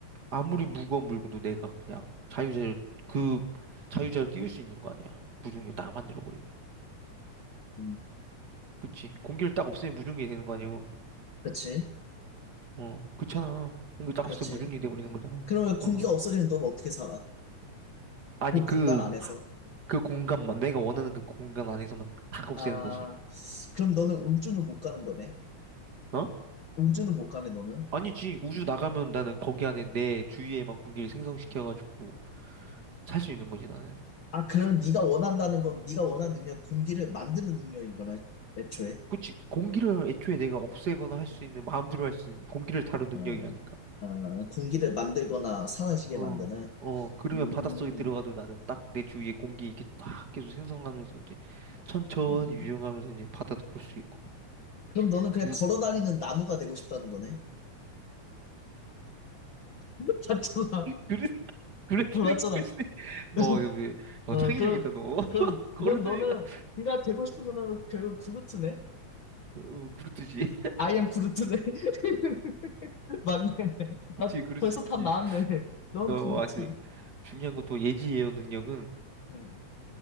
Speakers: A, on the right; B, on the left.
A: 아무리 무거운 물건도 내가 그냥 자유자재, 그 자유자재로 띄울 수 있는 거 아니야. 무중력 딱 만들어버리면.
B: 음,
A: 그치? 공기를 딱 없애면 무중력이 되는 거 아니야.
B: 그렇지,
A: 어, 그렇잖아. 공기 딱
B: 그렇지.
A: 없으면 무중력이 돼버리는 거잖아.
B: 그러면 공기가
A: 어.
B: 없어지면 넌 어떻게 살아?
A: 아니
B: 그 공간
A: 그
B: 안에서.
A: 그 공간만 내가 원하는 그 공간 안에서만 탁 없애는
B: 아,
A: 거지.
B: 그럼 너는 음주는 못 가는 거네.
A: 어?
B: 음주는 못 가네, 너는.
A: 아니지 우주 나가면 나는 거기 안에 내 주위에만 공기를 생성시켜가지고 살 수 있는 거지 나는.
B: 아, 그럼 네가 원한다는 건, 네가 원하는 능력, 공기를 만드는 능력인 거네, 애초에.
A: 그치 공기를 애초에 내가 없애거나 할 수 있는 마음대로 할 수 있는 공기를 다룬 능력이라니까.
B: 어, 어, 공기를 만들거나 사라지게
A: 어,
B: 만드는.
A: 어 그러면
B: 음,
A: 바닷속에 들어가도 나는 딱 내 주위에 공기 이렇게 딱 계속 생성하면서 이제 천천히
B: 음.
A: 유영하면서 이제 바다도 볼 수 있고.
B: 그럼 너는 그냥
A: 뭐,
B: 걸어 다니는 나무가 되고 싶다는 거네. <laughs> 맞잖아.
A: 그래 그렇게
B: 어, 맞잖아.
A: 생각할 수도. <laughs> 와,
B: <laughs>
A: 너, 왜- 어,
B: 어,
A: 창의적이다
B: 그럼,
A: 너. <laughs>
B: 그럼,
A: 걸어다니다.
B: 그럼 너는, 네가 되고 싶은 거는 결국 구루트네?
A: 어, 그렇듯이 <laughs>
B: I am 구루트네. <laughs> 맞네.
A: 그치
B: 아,
A: 그럴
B: 벌써
A: 수 있지
B: 답 나왔네. 넌
A: 어뭐
B: 구루트.
A: 하여튼 중요한 건 또 예지 예어 능력은
B: 응.